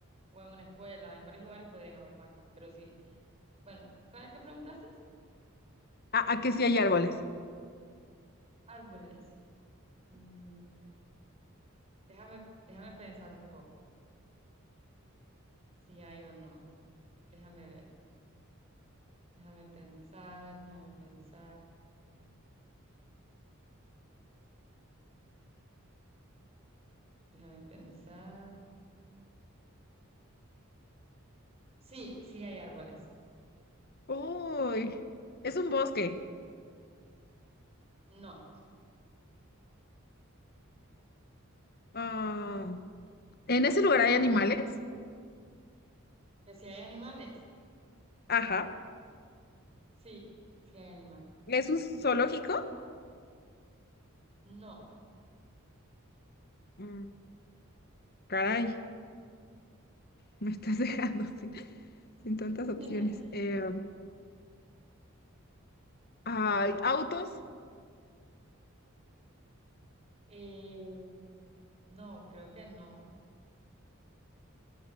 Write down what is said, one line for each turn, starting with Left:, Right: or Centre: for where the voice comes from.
Right: o en una escuela, en varios lugares podrían haber bancas, pero sí. Bueno, ¿cuál que preguntaste?
Left: Ah, ah, que sí hay árboles.
Right: Árboles. Mm, déjame, déjame pensar un poco si hay o no. Déjame ver. Déjame pensar, déjame pensar. Déjame pensar. Sí, sí hay árboles.
Left: Uy, es un bosque.
Right: No.
Left: Ah, ¿en ese lugar hay animales?
Right: ¿Que si hay animales?
Left: Ajá.
Right: Sí, sí hay animales.
Left: ¿Es un zoológico?
Right: No.
Left: Mm, Caray, me estás <laughs> dejando sin, sin tantas
Right: <laughs>
Left: opciones. Eh, ay, autos.
Right: Eh, no, creo que no.